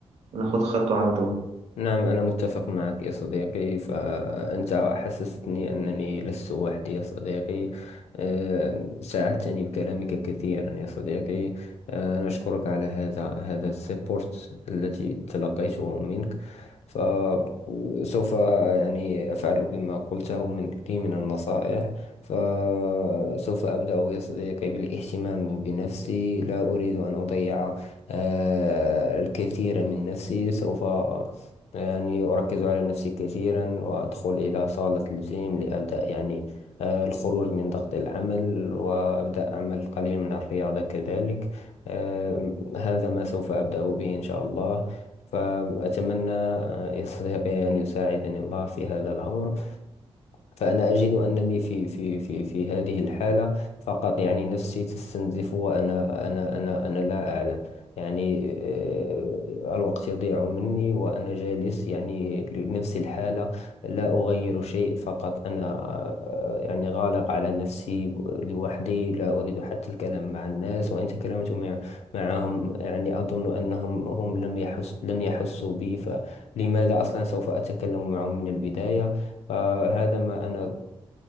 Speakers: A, on the right; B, on the left.
A: وناخد خطوة على طول
B: نعم أنا متفق معك يا صديقي فأنت حسستني أنني لست وحدي يا صديقي آه، ساعدتني بكلامك كثيرا يا صديقي آه، أنا أشكرك على هذا هذا السبورت التي تلقيته منك فسوف يعني أفعل بما قلته من لي من النصائح فسوف أبدأ يا صديقي بالاهتمام بنفسي لا أريد أن أضيع آه، الكثير من نفسي سوف يعني أركز على نفسي كثيرا وأدخل إلى صالة الجيم لأبدأ يعني آه، الخروج من ضغط العمل وأبدأ أعمل قليلا من الرياضة كذلك آه، هذا ما سوف أبدأ به إن شاء الله فأتمنى آه، يستطيع أن يساعدني الله في هذا الأمر فأنا أجد أنني في في في في هذه الحالة فقط يعني نفسي تستنزف وأنا أنا أنا أنا لا أعلم يعني آه، الوقت يضيع مني وأنا جالس يعني لنفس الحالة لا أغير شيء فقط أنا آه، يعني غالق على نفسي لوحدي لا أريد حتى الكلام مع الناس وإن تكلمت مع معهم يعني أظن أنهم هم لم يحس لن يحسوا بي فلماذا أصلا سوف أتكلم معهم من البداية فهذا ما أنا